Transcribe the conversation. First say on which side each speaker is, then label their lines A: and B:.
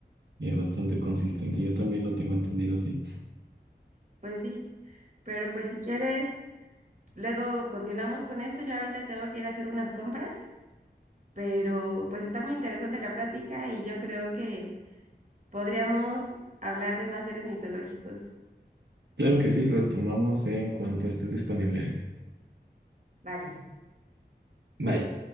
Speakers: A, on the right; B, on the right.
A: eh, bastante consistente. Yo también lo tengo entendido así.
B: pues sí. Pero pues si quieres... Luego continuamos con esto. Yo ahorita tengo que ir a hacer unas compras, pero pues está muy interesante la plática y yo creo que podríamos hablar de más seres mitológicos.
A: Claro que sí, retomamos en cuanto estés disponible, Erika.
B: Vale.
A: Bye.